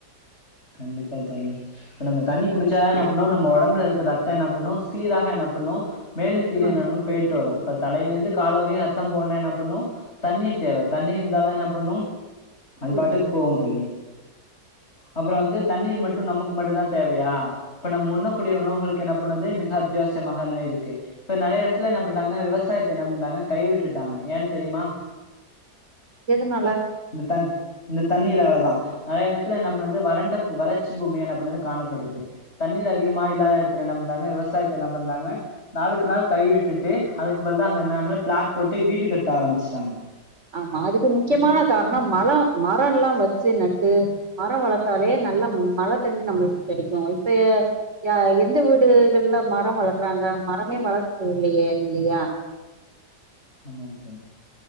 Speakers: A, on the left; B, on the right.
A: கண்டிப்பா தோழி ப்ப நம்ம தண்ணி குடிச்சா என்ன பண்ணு நம்ம ஒடம்பல இருக்க ரத்த என்ன பண்ணு சீராக என்ன பண்ணு மேலு கீழு
B: ம்
A: என்னனுன் போய்ட்டு வரு இப்ப தலைலேந்து காலு வரையு ரத்தம் போணுனா என்னா பண்ணு தண்ணீர் தேவ தண்ணி இருந்தாதா என்ன பண்ணு அது
B: ம்
A: பாட்டுக்கு போவு தோழி அப்றோ வந்து தண்ணீர் மட்டு நமக்கு மட்டு தா தேவயா இப்ப நம்ம உண்ணக்கூடிய உணவுகளுக்கு என்ன பண்ணது மிக அத்தியாவசியமாக என்னா இருக்கு இப்ப நெறய எடத்துல என்ன பண்ட்டாங்க விவசாயத்த என்ன பண்ட்டாங்க கைவிட்டுட்டாங்க ஏன் தெரிமா
B: எதுனால
A: இந்த தண் இந்த தண்ணீராலதா நெறய எடத்துல நம்ள இது வறண்ட பூ வறட்சி பூமி என்னா பண்ணுது காணப்படுது தண்ணீர் அதிகமா இல்லாத எடத்துல என்ன பண்றாங்க விவசாயத்த என்ன பண்றாங்க நாளுக்கு நாள் கை விட்டுட்டு அதுக்கு பதில்லா அங்க எல்லாமே பிளாட் போட்டு வீடு கட்ட ஆரம்பிச்சுட்டாங்க
B: ஆமா அதுக்கு முக்கியமான கார்ணோ மலொ மரோல்லா வச்சு நட்டு மரொ வளர்த்தாலே நல்ல மழ தண்ணி நம்ளுக்கு கெடைக்கு இப்பய யா எந்த வீடுகள்ல மரோ வளர்க்குறாங்க மரமே வளர்க்கர்தில்லியே இல்லியா
A: ஆமாம் தோழி